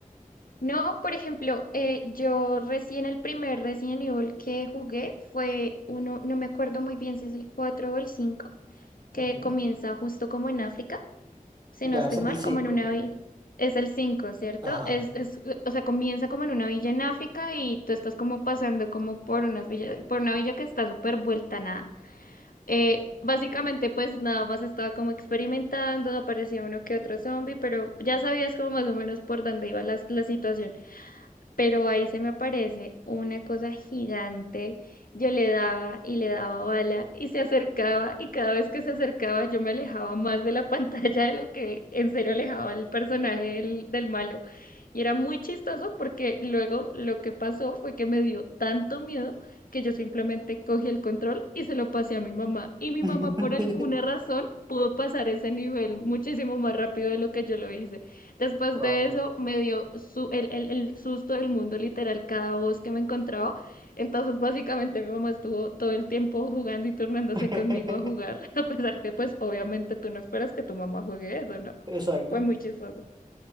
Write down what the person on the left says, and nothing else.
No, por ejemplo, eh, yo recién el primer Resident Evil que jugué fue uno, no me acuerdo muy bien si es el 4 o el 5, que
comienza justo como en África. Si
no estoy
mal,
como en una villa. Es el cinco ¿cierto?
Es, es, o sea, comienza como en una villa en África y tú estás como pasando como por unas villas, por una villa que está súper vuelta a nada. Eh, básicamente, pues nada más estaba como experimentando, aparecía uno que otro zombie, pero ya sabías como más o menos por dónde iba la, la situación pero ahí se me aparece una cosa gigante. Yo le daba y le daba bala y se acercaba y cada vez que se acercaba yo me alejaba más de la <laughs> pantalla de lo que en serio alejaba al personaje del, del malo. Y era muy chistoso porque luego lo que pasó fue que me dio tanto miedo que yo simplemente cogí el control y se lo pasé a mi mamá. Y mi
mamá por alguna razón pudo pasar ese nivel muchísimo más rápido de lo que yo lo hice. Después
de eso me dio su- el, el- el susto del mundo, literal, cada voz que me encontraba. Entonces, básicamente, mi mamá estuvo todo el tiempo jugando y turnándose
conmigo a jugar, <laughs> a pesar que, pues, obviamente tú no esperas que tu mamá juegue eso, ¿no?
Fue muy chistoso.